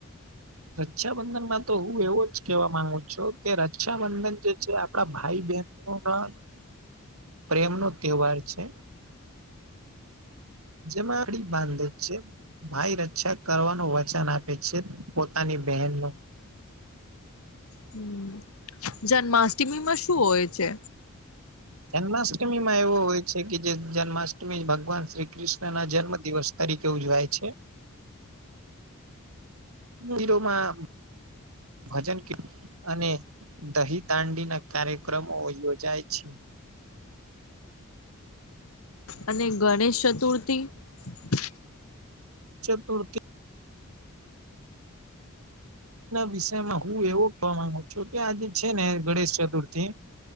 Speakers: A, on the right; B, on the left.
A: રક્ષાબંધન માં તો હું એવો જ કેવા માંગુ છું કે રક્ષાબંધન જે છે આપડા ભાઈ બહેનો ના
B: <inaudible>
A: પ્રેમનોો તહેવાર છે જેમાં અડી બાંધે જ છે ભાઈ રક્ષા કરવાનું વચન આપે છે પોતાની બહેન ન
B: હમ જન્માષ્ટમીમાં શું હોય છે
A: જન્માષ્ટમી માં એવો હોય છે કે જે જન્માષ્ટમી ભગવાન શ્રી કૃષ્ણ ના જન્મ દિવસ તરીકે ઉજવાય છે. મંદિરોમાં ભજન કીર્તન અને દહી દાંડી ના કાર્યક્રમો યોજાય છે.
B: અને ગણેશ ચતુર્થી હ <unintelligible>
A: ચતુર્થી વિષયમાં હું એવો કહેવા માંગુ છું કે આજે છે ને ગણેશ ચતુર્થી